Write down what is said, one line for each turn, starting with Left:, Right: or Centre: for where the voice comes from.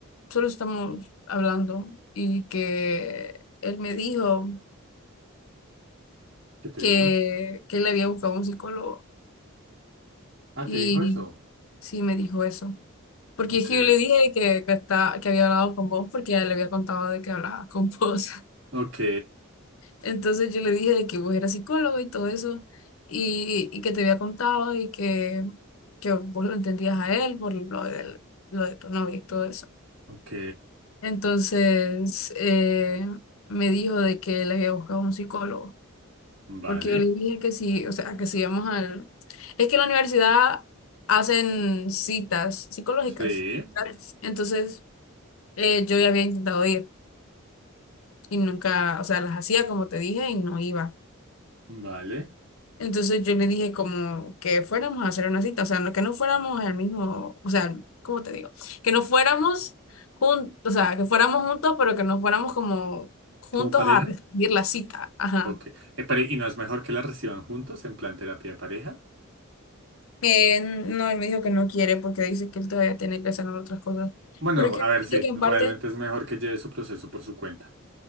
Left: solo estamos hablando y que él me dijo
Right: te
Left: que,
Right: dijo?
Left: que él había buscado un psicólogo
Right: Ah,
Left: y
Right: ¿te dijo eso?
Left: sí me dijo eso. Porque
Right: Ok,
Left: es que yo le dije que, que, está, que había hablado con vos porque ya le había contado de que hablaba con vos.
Right: ok,
Left: Entonces yo le dije de que vos eras psicólogo y todo eso, y, y que te había contado y que, que vos lo entendías a él por lo del- lo de tu novia y todo eso.
Right: ok,
Left: Entonces eh, me dijo de que le había buscado un psicólogo,
Right: vale,
Left: porque yo le dije que sí, o sea, que si íbamos al... Es que en la universidad hacen citas psicológicas.
Right: sí,
Left: gratis. Entonces eh, yo ya había intentado ir y nunca, o sea, las hacía como te dije y no iba.
Right: vale,
Left: Entonces yo le dije como que fuéramos a hacer una cita, o sea, no- que no fuéramos al mismo, o sea, ¿cómo te digo? Que no fuéramos juntos, o sea, que fuéramos juntos, pero que no fuéramos como juntos
Right: ¿como pareja?
Left: a recibir la cita. Ajá.
Right: Ok. Eh, pero, ¿y no es mejor que la reciban juntos en plan terapia de pareja?
Left: Eh, no, él me dijo que no quiere porque dice que él todavía tiene que hacer otras cosas.
Right: Bueno,
Left: Pero es que
Right: a ver,
Left: siento
Right: sí,
Left: que en
Right: realmente
Left: parte,
Right: es mejor que lleve su proceso por su cuenta.